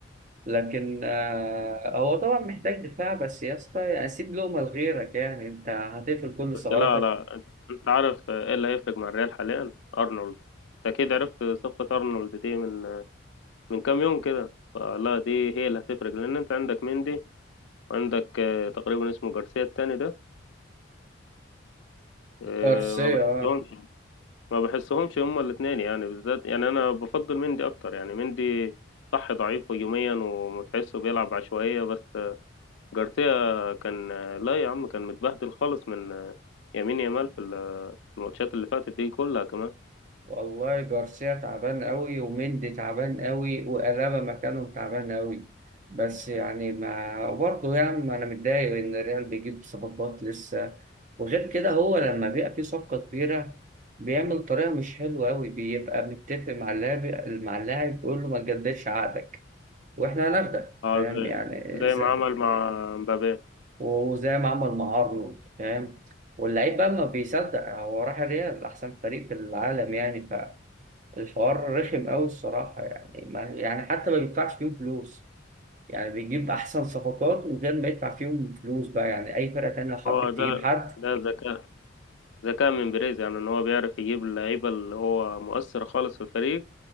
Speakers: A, on the right (about 40°); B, on the left (about 70°).
A: لكن آه هو طبعا محتاج دفاع بس يا اسطى يعني سيب لهم لغيرك يعني أنت هتقفل كل
B: بس
A: ثغراتك
B: لا لا انت أنت عارف آه، ايه اللي هيفرق مع الريال حاليا ارنولد أنت اكيد عرفت صفقة ارنولد دي من من كام يوم كده فلا دي هي اللي هتفرق لان انت عندك مندي وعندك آه، تقريبا اسمه جارسيا التاني ده آه،
A: كارسيا
B: ما بحسهمش
A: اه
B: ما بحسهمش هما الاثنين يعني بالذات يعني انا بفضل مندي اكتر يعني مندي صح ضعيف هجوميا وتحسه بيلعب عشوائية بس آه، جارسيا كان آه، لا يا عم كان متبهدل خالص من آه، يمين يامال في ال- في الماتشات اللي فاتت دي كلها كمان
A: والله جارسيا تعبان قوي ومندي تعبان قوي وألابا مكانهم تعبان قوي بس يعني ما برضه يعني ما انا متضايق ان الريال بيجيب صفقات لسه وغير كده هو لما بيبقى فيه صفقة كبيرة بيعمل طريقة مش حلوة قوي بيبقى متفق مع اللاعب مع اللاعب بيقول له ما تجددش عقدك واحنا هناخدك
B: اه
A: فاهم
B: زي
A: يعني
B: زي
A: زي
B: ما عمل مع مبابي
A: وزي ما عمل مع ارنولد فاهم واللعيب بقى ما بيصدق هو راح الريال احسن فريق في العالم يعني الحوار رخم قوي الصراحة يعني ما يعني حتى ما بيدفعش فيهم فلوس يعني بيجيب أحسن صفقات من غير ما يدفع فيهم فلوس بقى يعني أي فرقة تانية لو حبت
B: هو ده
A: تجيب حد
B: ده ذكاء ذكاء من بيريز يعني ان هو بيعرف يجيب اللعيبه اللي هو مؤثر خالص في الفريق